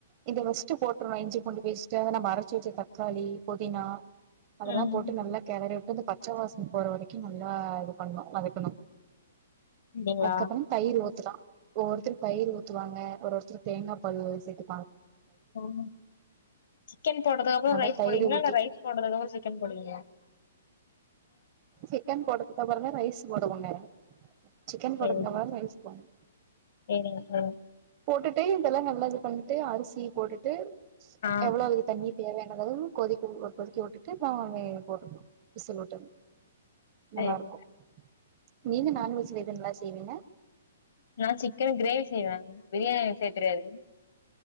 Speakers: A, on the right; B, on the left.
A: இந்த வெஸ்ட்டு போட்ருல்லா இஞ்சி பூண்டு பேஸ்ட்டு நம்ப அரச்சு வெச்ச தக்காளி ளி புதினா அதல்லா
B: ம்
A: போட்டு நல்லா கெளறி வி ட்டுந்த பச்ச வாசன போற வரைக்கும் நல்லா இது பண்ணு வதக்குணு
B: அப்டிங்களா
A: அதுக்கப்புறம் தயிர் ஊத்துலா ஒவ்வொருத்தரு தயிர் ஊத்துவாங்க ஒரு ஒருத்தரு தேங்கா பாலு சேத்து
B: ஓ ஓ சிக்கன் போட்டதுக்கப்புறோ
A: நல்லா
B: ரைஸ்
A: தயிர்
B: போடுவிங்களா
A: ஊத்திட்டு
B: இல்ல ரைஸ் போட்டதுக்கப்புறோ சிக்கன் போடுவிங்களா
A: சிக்கன் போட்டதுக்கப்புறோ தா ரைஸ் போடுவோங்க சிக்கன்
B: சேரி
A: போட்டதுக்கப்புறோ தா ரைஸ் போ <inaudible>
B: சேரிங்க சேரி
A: போட்டுட்டு இதெல்லா நல்லா விட் பண்ட்டு அரிசி போட்டுட்டு
B: ஆ
A: எவ்ளவு தண்ணிர் தேவையானதலா கொதிக்க ஒ கொதிக்க விட்டுட்டு ந வே போட்டுக்கலா விசில் விட்டோனோ
B: சேரி
A: நல்லா இருக்கும் நீங்க நான்வெஜ்ல எதுங்களா தேவைனா
B: நா சிக்கன் கிரேவி செய்வேங்க பிரியாணி எனக்கு செய்ய தெரியாது